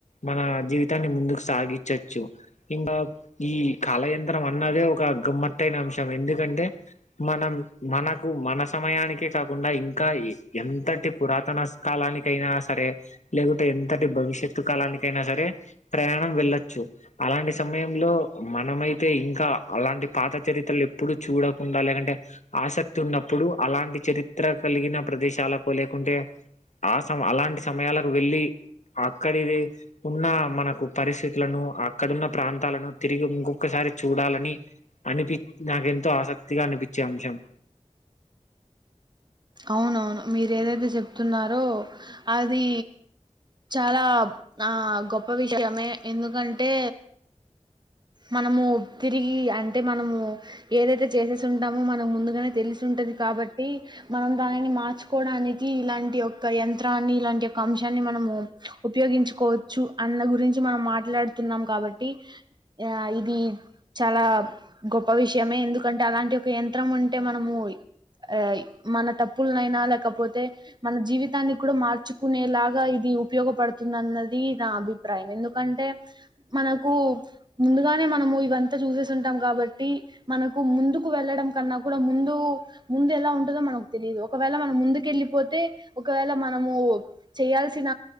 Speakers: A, on the left (about 70°); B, on the right (about 35°).
A: మన జీవితాన్ని ముందుకు సాగించచ్చు. ఇంకా ఈ కాల యంత్రం అన్నదే ఒక గమ్మత్తైన అంశం ఎందుకంటే మనం మనకు మన సమయానికే కాకుండా ఇంకా ఎ ఎంతటి పురాతన కాలానికైనా సరే లేకుంటె ఎంతటి భవిష్యత్తు కాలానికైనా సరే ప్రయాణం వెళ్లొచ్చు అలాంటి సమయంలో మనమైతే ఇంకా అలాంటి పాత చరిత్రలు ఎప్పుడు చూడకుండా లేదంటే ఆసక్తి ఉన్నప్పుడు అలాంటి చరిత్ర కలిగిన ప్రదేశాలకు లేకుంటే ఆ సం అలాంటి సమయాలకు వెళ్ళి అక్కడిది ఉన్న మనకు పరిస్థితులను అక్కడున్న ప్రాంతాలను తిరిగి ఇంకొక్కసారి చూడాలని అనిపి నాకెంతో ఆసక్తిగా అనిపిచ్చే అంశం
B: అవునవును మీరు ఏదైతే చెప్తున్నారో అది చాలా ఆ గొప్ప విషయమే ఎందుకంటే మనము తిరిగి అంటే మనము ఏదైతే చేసేసి ఉంటామో మనం ముందుగానే తెలిసి ఉంటది కాబట్టి మనం దానిని మార్చుకోవడానికి ఇలాంటి యొక్క యంత్రాన్ని ఇలాంటి యొక్క అంశాన్ని మనము ఉపయోగించుకోవచ్చు అన్న గురించి మనం మాట్లాడుతున్నం కాబట్టి ఆ ఇది చాలా గొప్ప విషయమే ఎందుకంటే అలాంటి ఒక యంత్రం ఉంటే మనము ఆ మన తప్పులనైనా లేకపోతే మన జీవితాన్ని కూడ మార్చుకునేలాగా ఇది ఉపయోగపడుతుందన్నది నా అభి ప్రాయం ఎందుకంటే మనకు ముందుగానే మనము ఇవంతా చూసేసుంటం కాబట్టి మనకు ముందుకు వెళ్ళడం కన్నా కూడా ముందు ముందు ఎలా ఉంటదో మనకు తెలియదు, ఒకవేళ మనం ముందుకెళ్ళిపోతే ఒకవేళ మనము చేయాల్సిన